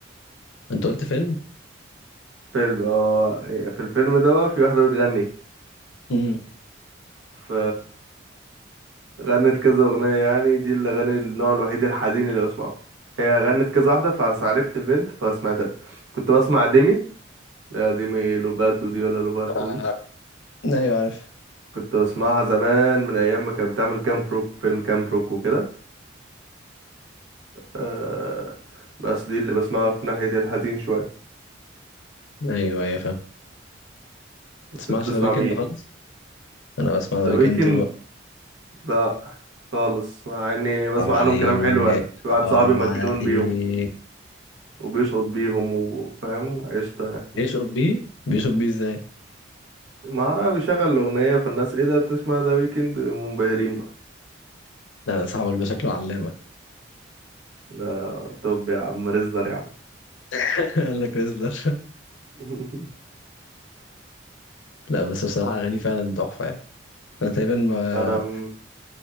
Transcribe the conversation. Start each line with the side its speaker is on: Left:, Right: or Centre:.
Left: انت قلت فيلم
Right: فيلم هو في الفيلم ده بقى في واحدة بتغني
Left: امم
Right: ف غنت كذا اغنية يعني دي الاغاني النوع الوحيد الحزين اللي بسمعه هي غنت كذا واحدة فعرفت البنت فسمعت لها كنت بسمع ديمي لا ديمي لوباتو دي ولا لوباتو
Left: آه.
Right: دي
Left: ايوه عارف
Right: كنت بسمعها زمان من ايام ما كانت بتعمل كام بروك فيلم كام بروك وكده آه بس دي اللي بسمعها في ناحية الحزين شوية
Left: ايوه ايوه فاهم
Right: بس
Left: تسمعش
Right: انت بتسمع
Left: ذا ويكند
Right: مين؟
Left: خالص انا بسمع ذا
Right: ذا
Left: ويكند
Right: ويكند؟
Left: طول الوقت
Right: لا خالص مع اني بسمع
Left: حرام عليك
Right: عنهم كلام حلو يعني في واحد
Left: حرام
Right: صاحبي مجنون
Left: عليك
Right: بيهم وبيشقط بيهم وفاهم عشت يعني
Left: بيشقط بيه بيشقط بيه ازاي
Right: ما أعرف بيشغل الأغنية فالناس ايه ده بتسمع ذا ويكند منبهرين بقى
Left: لا ده صاحبك ده شكله علامة
Right: ده طب يا عم ريزلر يا عم
Left: <laughs> قال لك ريزلر
Right: <laughs>
Left: <laughs> لا بس بصراحة أغانيه فعلا تحفة يعني أنا تقريبا ما
Right: انا م-